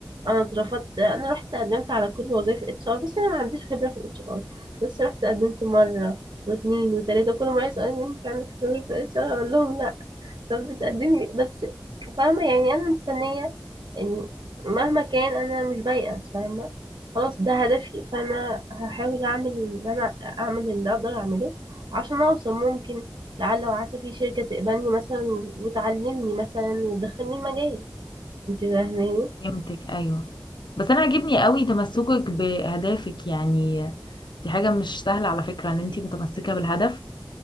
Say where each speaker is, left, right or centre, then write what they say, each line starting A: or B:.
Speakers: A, on the right; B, on the left.
A: أنا اترفضت أنا رحت قدمت على كل وظائف اتش ار بس أنا ما عنديش خبرة في الاتش ار بس رحت قدمت مرة واتنين وتلاتة وكل مرة يسألني أنت عندك خبرة في الاتش ار أقول لهم لا. طب بتقدمي بس فاهمة يعني أنا مستنية إن مهما كان أنا مش بيأس فاهمة خلاص ده هدفي فأنا هحاول أعمل اللي أنا أعمل اللي أقدر أعمله عشان أوصل ممكن لعل وعسى في شركة تقبلني مثلا وتعلمني مثلا وتدخلني المجال انت فاهماني
B: فهمتك أيوه بس أنا عاجبني قوي تمسكك بأهدافك يعني دي حاجة مش سهلة على فكرة إن أنت متمسكة بالهدف